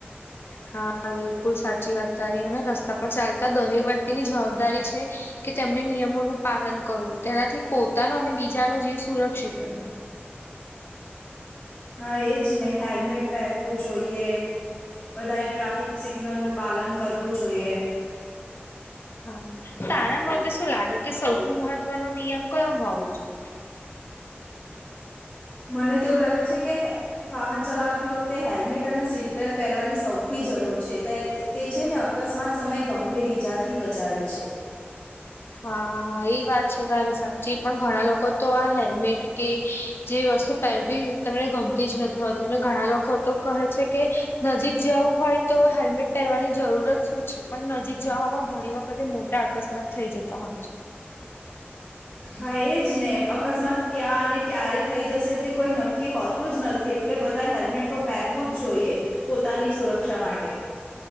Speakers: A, on the left; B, on the left.
A: હા બિલકુલ સાચી વાત તારી અને રસ્તા પર ચાલતા દરેક વ્યક્તિની જવાબદારી છે. કે તેમને નિયમોનું પાલન કરવું તેનાથી પોતાનો અને બીજાનો જીવ સુરક્ષિત રહે
B: હા એજ ને હેલ્મેટ પહેરવું જોઈએ. બધાએ ટ્રાફિક સિગ્નલ નું પાલન કરવું જોઈએ
A: હા તારા માટે શું લાગે કે સૌથી મહત્વનો નિયમ કયો હોવો જોઈએ.
B: મને તો એવું લાગે છે કે વાહન ચલાવતી વખતે હેલ્મેટ અને સીટબલ્ટ પહેરવાની સૌથી જરૂર છે તે તે છે ને અકસ્માત સમય ગંભીર ઈજાથી બચાવે છે.
A: હા એ વાત છે તારે સાચી પણ ઘણા લોકો તો આ હેલ્મેટ કે જે વસ્તુ પહેરવી તમને ગમતી જ નથી હોતી અને ઘણા લોકો તો કહે છે કે નજીક જવું હોય તો હેલ્મેટ પહેરવાની જરૂર જ શું છે પણ નજીક જવા હવા ઘણી વખતે મોટા અકસ્માત થઈ જતા હોય છે.
B: હા એજ ને અકસ્માત ક્યાં અને ક્યારે થઈ જશે તે કોઈ નક્કી હોત તું જ નથી એટલે બધા હેલ્મેટ તો પહેરવું જ જોઈએ પોતાની સુરક્ષા માટે